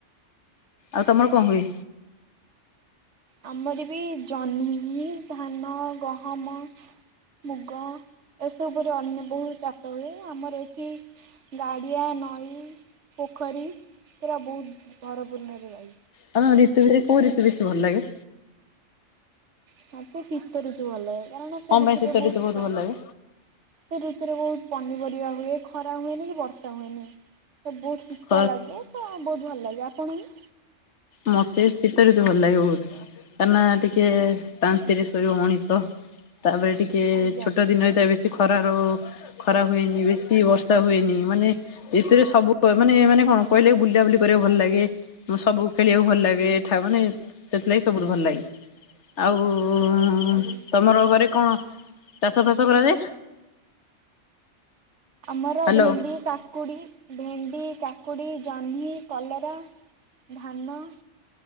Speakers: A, on the left; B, on the right.
A: ଆଉ ତମର କଣ ହୁଏ?
B: ଆମର ବି, ଜହ୍ନି, ଧାନ, ଗହମ, ମୁଗ, ଏସବୁରେ ଅନ୍ୟ ବହୁ ଚାଷ ହୁଏ। ଆମର ଏଠି ଗାଡ଼ିଆ, ନଈ, ପୋଖରୀ, ପୁରା ବହୁତ ଭରପୂର୍ଣ୍ଣରେ ରହିଚି।
A: ତୁମ ଋତୁ ଭିତରୁ କୋଉ ଋତୁ ବେଶୀ ଭଲ ଲାଗେ?
B: ମତେ ଶୀତ ଋତୁ ଭଲ ଲାଗେ। କାରଣ, ସେ
A: କଣ
B: ଋତୁରେ
A: ପାଇଁ ଶୀତ
B: ବହୁତ
A: ଋତୁ
B: ପ
A: ଭଲ ଲାଗେ?
B: ସେ ଋତୁରେ, ବହୁତ ପନିପରିବା ହୁଏ। ଖରା ହୁଏନି, କି ବର୍ଷା ହୁଏନି। ସେ ବହୁତ ଶୀତ
A: ଖ
B: ଲାଗେ ତ ବହୁତ ଭଲ ଲାଗେ। ଆପଣଙ୍କୁ?
A: ମତେ ଶୀତ ଋତୁ ଭଲ ଲାଗେ ବହୁତ୍ କାହିଁକି ନା ଟିକେ ଶାନ୍ତିରେ ଶୋଇବ ମଣିଷ। ତାପରେ, ଟିକେ
B: ଆଜ୍ଞା
A: ଛୋଟ ଦିନ ହେଇଥାଏ, ବେଶୀ ଖରାରୁ ଖରା ହୁଏନି, ବେଶୀ ବର୍ଷା ହୁଏନି, ମାନେ ଏଥିରେ ସବୁ, ମାନେ, ମାନେ କଣ କହିଲେ, ବୁଲା ବୁଲି କରିବାକୁ ଭଲ ଲାଗେ। ସବୁ ଖେଳିବାକୁ ଭଲ ଲାଗେ ଠାକୁ ମାନେ ସେଥିଲାଗି ସବୁଠୁ ଭଲ ଲାଗେ। ଆଉ ହୁଁ
B: ଆଜ୍ଞା।
A: ତମର ଘରେ କଣ ଚାଷ, ଫାସ କରାଯାଏ?
B: ଆମର
A: ହ୍ୟାଲୋ
B: ଭେଣ୍ଡି, କା କାକୁଡ଼ି, ଭେଣ୍ଡି, କାକୁଡ଼ି, ଜହ୍ନି, କଲରା, ଧାନ